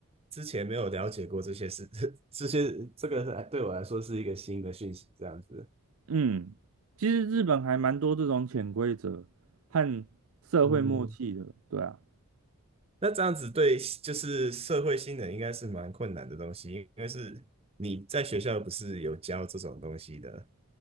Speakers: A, on the right (about 25°); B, on the right (about 70°).
A: 之前没有了解过这些事，<laughs> 这些这个是对我来说是一个新的讯息，这样子。
B: 嗯，其实日本还蛮多这种潜规则和社会默契的，
A: 嗯，
B: 对啊，
A: 那这样子对就是社会新人应该是蛮困难的东西，因为是你在学校不是有教这种东西的。